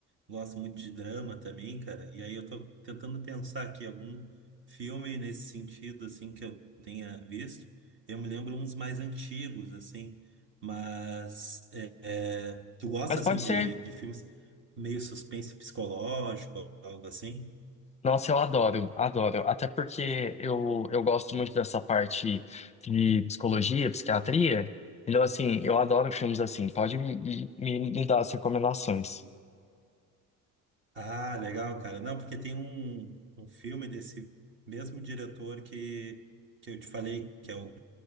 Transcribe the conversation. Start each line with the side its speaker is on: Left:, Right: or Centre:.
Right: Gosto muito de drama também, cara. E aí eu tô tentando pensar aqui algum filme nesse sentido, assim, que eu tenha visto. Eu me lembro uns mais antigos, assim. Mas é, é, tu gosta,
Left: Mas
Right: assim,
Left: pode
Right: de,
Left: ser.
Right: de filmes meio suspense psicológico, algo assim?
Left: Nossa, eu adoro, adoro. Até porque eu, eu gosto muito dessa parte de psicologia, psiquiatria. Então, assim, eu adoro filmes assim. Pode me, me, me dar as recomendações.
Right: Ah, legal, cara. Não, porque tem um, um filme desse mesmo diretor que, que eu te falei, que é o,